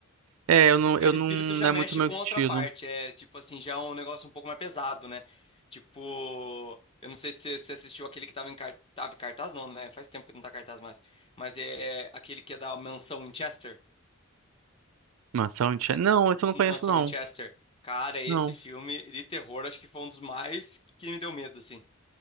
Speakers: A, on the right (about 85°); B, on the left (about 25°).
A: é, eu não,
B: Porque
A: eu
B: de
A: não,
B: espírito
A: não
B: já
A: é
B: mexe
A: muito meu
B: com
A: estilo.
B: outra parte, é tipo assim, já é um negócio um pouco mais pesado, né? Tipo, eu não sei se você você assistiu aquele que tava em, car- tava em cartaz, não, né? Faz tempo que não tá em cartaz mais. Mas é, é aquele que é da mansão Winchester.
A: Mansão Unchained?
B: Esse
A: Não, isso eu não
B: Mansão
A: conheço, não.
B: Winchester. Cara, esse
A: Não.
B: filme de terror acho que foi um dos mais que me deu medo, assim.